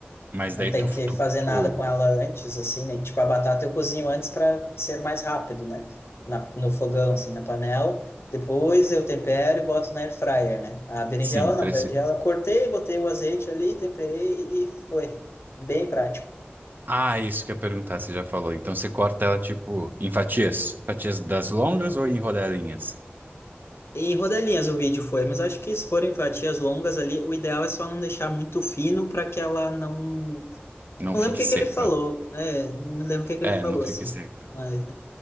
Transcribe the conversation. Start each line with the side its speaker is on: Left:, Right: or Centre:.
Right: Mas daí
Left: Não tem
Right: tu,
Left: que
Right: tu,
Left: fazer
Right: tu
Left: nada com ela antes, assim, né? Tipo, a batata eu cozinho antes para ser mais rápido, né? Na, no fogão, assim, na panela. Depois eu tempero e boto na air fryer, né? A berinjela
Right: sim, parece...
Left: não, a berinjela eu cortei, botei o azeite ali, temperei e foi. Bem prático.
Right: Ah, isso que eu ia perguntar, você já falou. Então você corta ela tipo em fatias, fatias das longas ou em rodelinhas?
Left: Em rodelinhas o vídeo foi, mas acho que se forem fatias longas ali, o ideal é só não deixar muito fino para que ela não.
Right: Não
Left: Não
Right: fique
Left: lembro o que
Right: seca.
Left: que ele falou. É, não me lembro o que que
Right: É,
Left: ele falou,
Right: não fique
Left: assim.
Right: seca.
Left: Mas.